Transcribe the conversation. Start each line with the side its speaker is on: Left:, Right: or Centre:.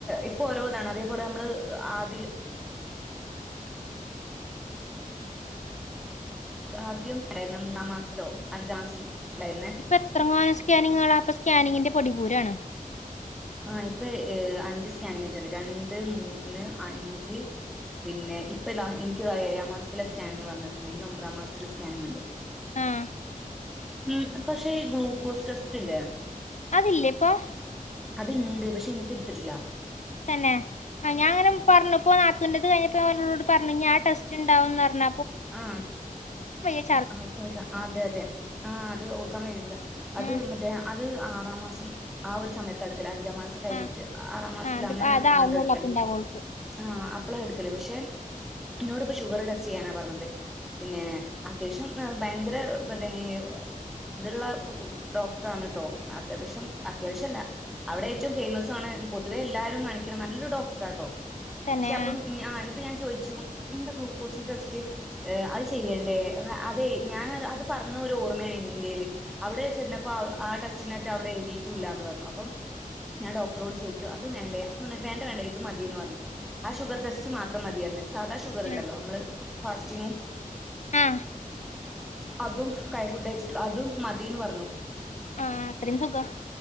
Centre: ഇപ്പൊ ഓരോതാണ് അതേപോലെ നമ്മൾ ആതിക ആദ്യം ണ്ടായിന്ന മൂന്നാം മാസത്തിലോ അഞ്ചാം മാസത്തിലോ ണ്ടായിന്നേ
Left: പ്പെത്രങ്ങാനം സ്കാനിങ്ങള പ്പ സ്കാനിങ്ങിന്റെ പൊടിപൂരാണ്
Centre: ആഹ് ഇപ്പൊ അഞ്ച് സ്കാനിങ്ങെറ്റണ്ട് രണ്ട് മൂന്ന് അഞ്ച് പിന്നെ ഇപ്പതാ ഇൻക്ക്താ ഏഴാ മാസത്തിലെ സ്കാനിങ്ങ് പറഞ്ഞിട്ടുണ്ട് ഇനി ഒമ്പതാം മാസത്തിൽ സ്കാനിങ്ണ്ട്
Left: ആഹ്
Centre: മ് പക്ഷേ ഈ ഗ്ലൂക്കോസ് ടെസ്റ്റ്ല്ലേ
Left: അതില്ലേപ്പൊ
Centre: അത്ണ്ട് പക്ഷെ ഇൻക്ക്ട്ത്തിട്ടില്ല
Left: തന്നെ ആ ഞാൻങ്ങനെ പറഞ്ഞുപ്പൊ നത്തുന്റത് കഴിഞ്ഞപ്പോ അവനോട് പറഞ്ഞു ഇനി ആ ടെസ്റ്റ് ണ്ടാവന്നറഞ്ഞ
Centre: ആഹ്
Left: <unintelligible>
Centre: ആ ചക്ക അതെ അതെ ആ അത് ഓർക്കാൻ കഴിയൂല്ല അത്
Left: ഉം
Centre: മറ്റേ അത് ആറാം മാസം ആ ഒരു സമയത്തട്ക്കല് അഞ്ചാം മാസം മാസം കഴിഞ്ഞിട്ട്
Left: ആഹ്
Centre: ആറാം മാസത്തിൽ
Left: ആഹ് അത്
Centre: അങ്ങനെയങ്ങണ്ടട്ക്കൽ
Left: അതാവുന്നൊള്ളൂ അപ്പ ഇണ്ടാവ ഓൾക്ക്
Centre: ആ അപ്പളാ എടുക്കല് പക്ഷെ ന്നോട്പ്പ ഷുഗർ ടെസ്റ്റ് ചെയ്യാനാ പറഞ്ഞത് പിന്നെ അത്യാവശ്യം ഭയങ്കര പ്പതന്നെ ത്ള്ള ഡോക്ടറാണ് ട്ടോ അത്യാവശ്യം അത്യാവശ്യംല്ല അവിടെ ഏറ്റവും ഫേമസ്സ ആണ് പൊതുവെ എല്ലാവാരും കാണിക്കണ നല്ലൊരു ഡോക്ടറാട്ടോ
Left: തന്നെ
Centre: പക്ഷെ അപ്പം
Left: ആഹ്
Centre: ഇനിപ്പ ഞാൻ ചോദിച്ചു എന്താ ഗ്ലൂക്കോസിന്റെ ടെസ്റ്റ് അത് ചെയ്യണ്ടേ അതെ ഞാൻ അത് പറഞ്ഞ ഒരു ഓർമ്മയാണ് ഇൻറെല് അവിടെ ചെന്ന അപ്പൊ ആ ടെസ്റ്റിനായിട്ട് അവിടെ എഴുതിട്ടൂല്ലന്ന് പറഞ്ഞു അപ്പം ഞാൻ ഡോക്ടറോട് ചോദിച്ചു അത് വേണ്ട അ വേണ്ടേണ്ട ഇത് മതിയന്ന് പറഞ്ഞു ആ ഷുഗർ ടെസ്റ്റ് മാത്രം മതിയന്ന് സാധാ ഷുഗർുണ്ടല്ലോ
Left: ആഹ്
Centre: നമ്മള് ഫാസ്റ്റിങ്ങും
Left: ആഹ്
Centre: അതും കൈ ഫുഡ് അയച്ചിട്ടില്ല അതും മതിന്ന് പറഞ്ഞു
Left: ആഹ് അത്രേം സുഖം